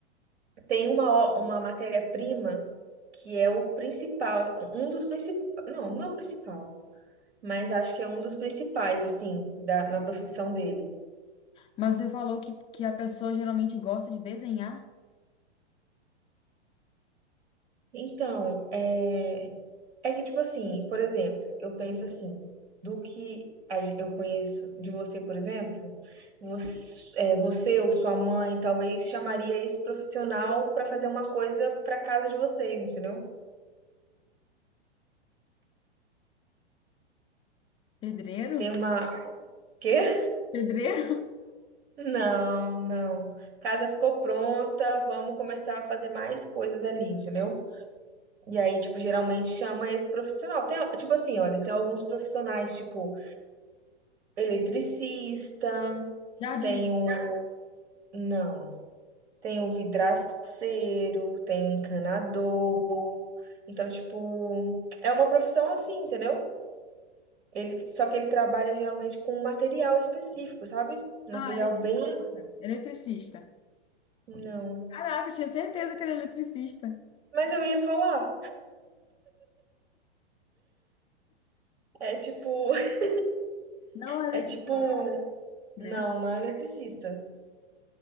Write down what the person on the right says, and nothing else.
tem uma, ó- uma matéria-prima que é o principal, um dos principais, não, não é o principal, mas acho que é um dos principais, assim, da, na profissão dele.
Então, é, é que, tipo assim, por exemplo, eu penso assim, do que a gen- eu conheço de você, por exemplo, você, é, você ou sua mãe talvez chamaria esse profissional para fazer uma coisa para casa de vocês, entendeu?
Tem uma, quê?
Não, não. Casa ficou pronta, vamos começar a fazer mais coisas ali, entendeu? E aí, tipo, geralmente chama esse profissional. Tem, tipo assim, olha, tem alguns profissionais, tipo, eletricista,
tem o. Não. Tem o vidraceiro, tem o encanador. Então, tipo, é uma profissão assim, entendeu? Ele, só que ele trabalha geralmente com um material específico, sabe? Material
bem.
Não.
Mas eu ia falar. É tipo. <laughs>
É
tipo
Não, não é eletricista.